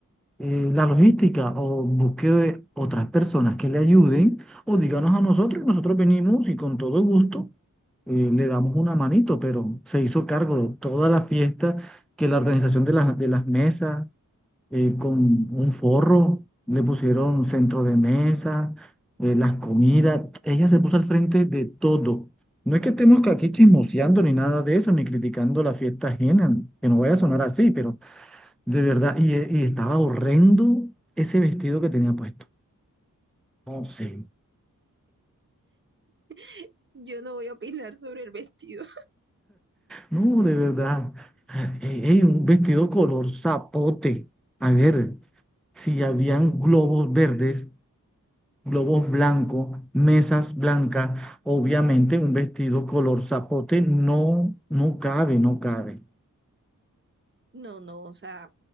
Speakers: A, in the centre; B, on the right.
A: eh, la logística o busque otras personas que le ayuden o díganos a nosotros y nosotros venimos y con todo gusto eh, le damos una manito, pero se hizo cargo de toda la fiesta, que la organización de las, de las mesas eh, con un forro, le pusieron centro de mesa, eh, las comidas, ella se puso al frente de todo. No es que estemos aquí chismoseando ni nada de eso, ni criticando la fiesta ajena, que no vaya a sonar así, pero de verdad, y, e- y estaba horrendo ese vestido que tenía puesto. No sé,
B: <laughs> Yo no voy a opinar sobre el vestido.
A: no, de verdad. Ey, ey, un vestido color zapote. A ver, si habían globos verdes, globos blancos, mesas blancas, obviamente un vestido color zapote no, no cabe, no cabe.
B: No, no, o sea,